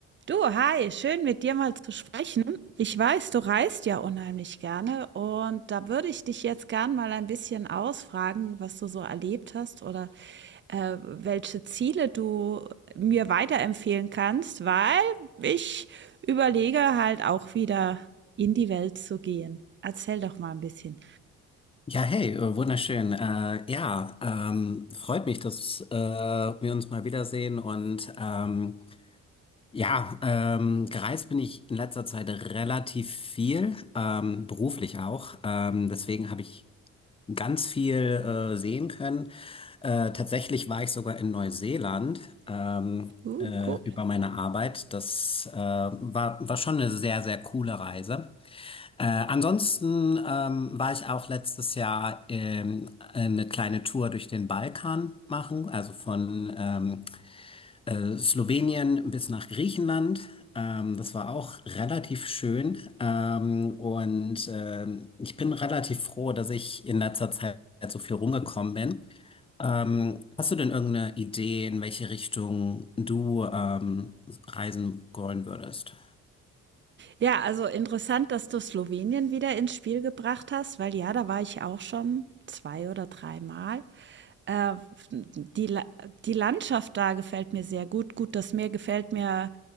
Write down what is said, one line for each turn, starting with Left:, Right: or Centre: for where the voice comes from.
Right: Du, hi, schön mit dir mal zu sprechen. Ich weiß, du reist ja unheimlich gerne und da würde ich dich jetzt gern mal ein bisschen ausfragen, was du so erlebt hast oder äh, welche Ziele du mir weiterempfehlen kannst, weil ich überlege halt auch wieder in die Welt zu gehen. Erzähl doch mal ein bisschen.
Left: Ja, hey, äh, wunderschön. Äh, ja, ähm, freut mich, dass äh, wir uns mal wiedersehen. Und ähm, ja, ähm, gereist bin ich in letzter Zeit relativ viel, ähm, beruflich auch. Ähm, deswegen habe ich ganz viel äh, sehen können. Äh, tatsächlich war ich sogar in Neuseeland ähm,
Right: Uh,
Left: äh,
Right: cool.
Left: über meine Arbeit. Das äh, war, war schon eine sehr, sehr coole Reise. Äh, ansonsten ähm, war ich auch letztes Jahr ähm, äh, eine kleine Tour durch den Balkan machen, also von ähm, äh, Slowenien bis nach Griechenland. Ähm, das war auch relativ schön. Ähm, und ähm, ich bin relativ froh, dass ich in letzter Zeit so viel rumgekommen bin. Ähm, hast du denn irgendeine Idee, in welche Richtung du ähm, reisen wollen würdest?
Right: Ja, also interessant, dass du Slowenien wieder ins Spiel gebracht hast, weil ja, da war ich auch schon zwei oder dreimal. Äh, die, La- die Landschaft da gefällt mir sehr gut. Gut, das Meer gefällt mir